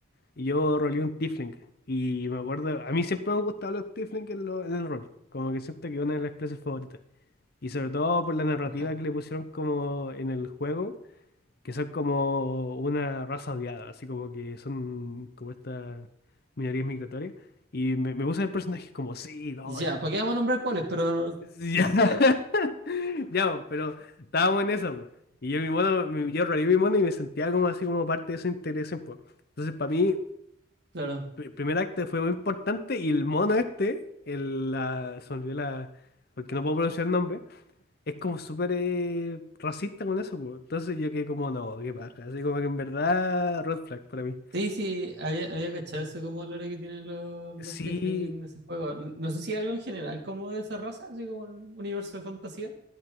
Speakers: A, on the left; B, on the right.
A: Y yo roleé un tiefling. Y me acuerdo, a mí siempre me han gustado los tiefling en, lo- en el rol. Como que siento que es una de las clases favoritas. Y sobre todo por la narrativa
B: po.
A: que le pusieron como en el juego, que son como una raza odiada, así como que son como estas minorías migratorias. Y me, me puse el personaje como, sí, no,
B: Ya,
A: yo-
B: ¿para qué vamos a nombrar cuáles? Pero
A: sí, ya, <laughs>
B: sí,
A: ya, po, pero estábamos en esa, po. Y yo mi mono, mi- yo roleé mi mono y me sentía como así como parte de esa interés un Entonces para mí
B: claro.
A: pr- primer acto fue muy importante y el mono este, el, la, se me olvidó la, porque no puedo pronunciar el nombre, es como súper eh, racista con eso, po. Entonces yo quedé como, no, qué paja, así como que en verdad, red flag para mí.
B: Sí, sí, había, había cachado eso como el olor que tienen los, los
A: Sí,
B: Tiefling en ese juego. N- No sé si algo en general como de esa raza, así como un universo de fantasía,